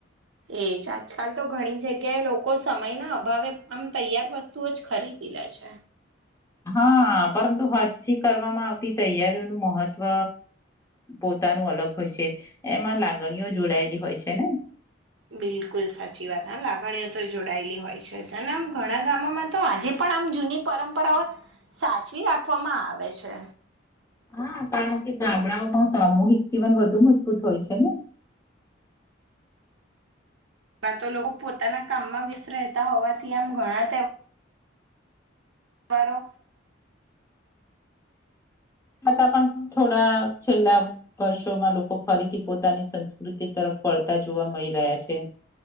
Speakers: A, on the right; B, on the left.
A: એજ આજકાલ તો ઘણી જગ્યાએ લોકો સમયના અભાવે આમ તૈયાર વસ્તુ જ ખરીદી લે છે
B: હા પરંતુ હજથી કરવામાં આવતી તૈયારીઓનું મહત્વ પોતાનું અલગ હોય છે એમાં લાગણીઓ જોડાયેલી હોય છે ને
A: બિલકુલ સાચી વાત હા લાગણી જોડાયેલી હોય છેને આમ ઘણા ગામોમાં તો આજે પણ આમ જૂની પરંપરાઓ સાચવી રાખવામાં આવે છે
B: હા કારણ કે ગામડાઓમાં સામૂહિક જીવન વધુ મજબૂત હોય છે ને
A: તો લોકો પોતાના કામમાં વ્યસ રહેતા હોવાથી આમ ઘણા તે રો
B: તા પણ થોડા છેલ્લા વર્ષોમાં લોકો ફરીથી પોતાની સંસ્કૃતિ તરફ પળતા જોવા મળી રહ્યા છે